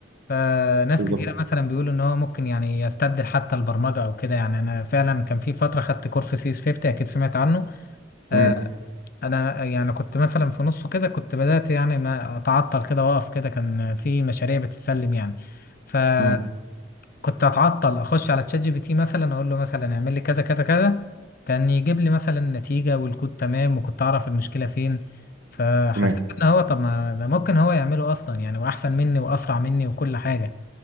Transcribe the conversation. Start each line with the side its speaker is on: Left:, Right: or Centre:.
Left: فناس
Right: بالظبط
Left: كتيرة مثلا بيقولوا ان هو ممكن يعني يستبدل حتى البرمجة او كده يعني انا فعلا كان في فترة خدت كورس سي اس 50 اكيد سمعت عنه آه،
Right: امم
Left: انا يعني كنت مثلا في نصه كده كنت بدأت يعني ما اتعطل كده واقف كده كان في مشاريع بتتسلم يعني فكنت
Right: امم
Left: اتعطل اخش على تشات جي بي تي مثلا اقول له مثلا اعمل لي كذا كذا كذا كان يجيب لي مثلا نتيجة والكود تمام وكنت اعرف المشكلة فين فحسيت
Right: تمام
Left: ان هو طب ما ده ممكن هو يعمله اصلا يعني واحسن مني واسرع مني وكل حاجة